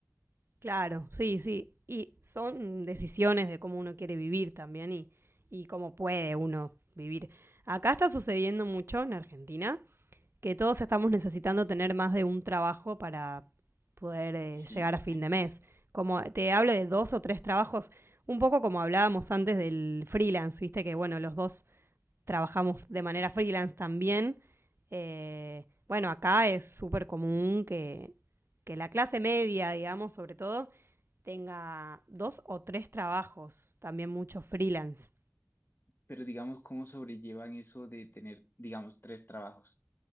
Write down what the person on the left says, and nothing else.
Sí.
pero digamos, ¿cómo sobrellevan eso de tener, digamos, tres trabajos?